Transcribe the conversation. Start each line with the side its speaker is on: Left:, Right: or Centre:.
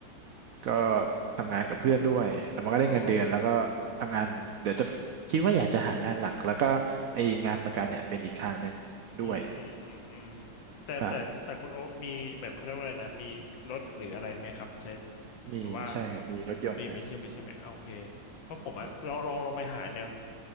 Right: ก็ทำงานกับเพื่อนด้วยแล้วมันก็ได้เงินเดือนแล้วก็ทำงานเดี๋ยวจะคิดว่าอยากจะหางานหลักแล้วก็ไอ้งานประกันเนี่ยเป็นอีกทางหนึ่งด้วย
Left: อ๋อ อืมอืมอืมอืมแต่แต่แต่คุณโอ๊คมีแบบเขาเรียกว่าอะไรนะมีรถหรืออะไรไหมครับใช้
Right: ครับมีใช่ครับมีรถยนต์นะ
Left: หรือว่ามีมีใช่ไหมใช่ไหมอ่ะโอเคเพราะผมอะลองลองลองไปหาแนว